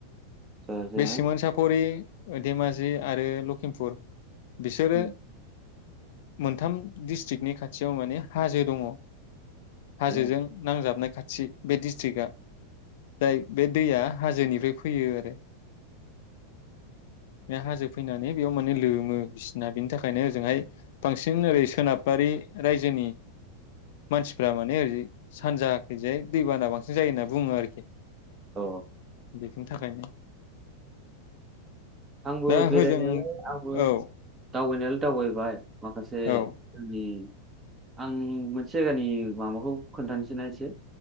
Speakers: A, on the right (about 20°); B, on the left (about 50°).
A: जाया जाया
B: बे सिमोनसाफुरि। धेमाजि आरो लखिमपुर। बिसोरो।
A: उम
B: मोनथाम डिस्ट्रिक्टनि खाथियाव माने हाजो दङ। हाजोजों
A: उम
B: नांजाबनाय खाथि। थि बे डिस्ट्रिक्टआ। जाय बे दैया हाजोनिफ्राय फैयो आरो। <inaudible> बे हाजो फैनानै बेयाव माने लोमो बिसिना बिनि थाखायनो ओजोंहाय बांसिन ओरै सोनाबारि रायजोनि मानसिफ्रा माने ओरै सानजायाखैजाय दैबाना बांसिन जायो होनना बुङो आरोखि।
A: अ
B: बिनि थाखायनो।
A: आंबो
B: दा
A: बेरायनायालाय
B: होजों
A: आंबो।
B: औ
A: दावबायनाया लाय दावबायबाय। माखासे
B: औ
A: जोंनि। आं मोनसे जायगानि माबाखौ खोन्थानिसै ना एसे।